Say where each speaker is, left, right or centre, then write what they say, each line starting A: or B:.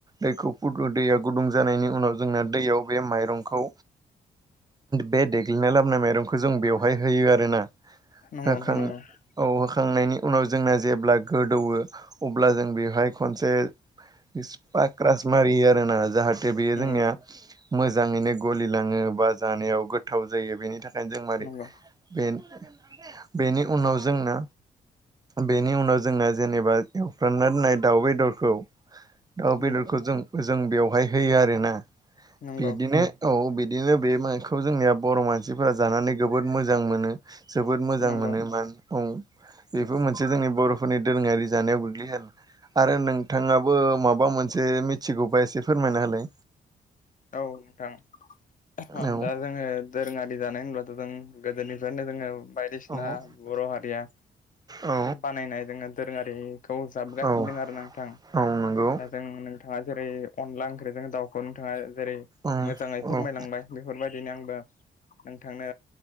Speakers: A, on the right (about 25°); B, on the left (about 50°).
A: दैखौ दै गुदुं जानायनि उनाव जोंना दैयाव बे माइरंखौ बे देग्लिनाय लाबोनाय माइरंखौ जों बेवहाय होयो आरोना
B: नंगौ
A: होखां
B: नंगौ नोंथां नंगौ
A: औ हो खांनायनि उनाव जोंनो जेब्ला गोदौवो अब्ला जों बेवहाय खनसे बिस पाक्रास मारि आरो ना जाहा ते बेयो जोंनिया
B: नंगौ
A: मोजाङैनो गलिलांङो बा जानायाव गोथाव जायो बेनि थाखाय
B: नंगौ
A: <unintelligible> बेनि उनाव जोंना बेनि उनाव जोंना जेनेबा एवफ्रानना होननाय दाउ बेदरखौ दाउ बेदरखौ
B: नंगौ
A: जों जों बेवहाय होयो आरोना
B: नंगौ
A: बिदिनो औ बिदि नो बे माइखौ जोंनिया बर' मानसिफोरा जानानै जबोद मोजां मोनो जोबोद मोजां
B: नंगौ
A: मोनो मा औ बेफोर मोनसे जोंनि बर'फोरनि दोरोङारि जानायाव गोग्लैयो आरो नोंथाङाबो माबा मोनसे मिथिगौबा एसे फोरमायना होलाय
B: औ नोंथां
A: औ
B: दा जोंङो दोरोङारि जानाय होनब्लाथ' जों गोदोनिफ्रायनो जोंङो बायदिसिना
A: औ
B: बर' हारिया
A: औ
B: बानायनाय जोंङो दोरोंङारि खौ जाबगासिनो
A: औ
B: दों आरो नोंथां
A: औ नंगौ
B: दा जों नोंथाङा जेरै अनला ओंख्रिजों दाउखौ नोंथाङा जेरै
A: औ
B: मोजाङै फोरमायलांबाय
A: औ
B: बेफोरबायदिनो आंबो नोंथांनो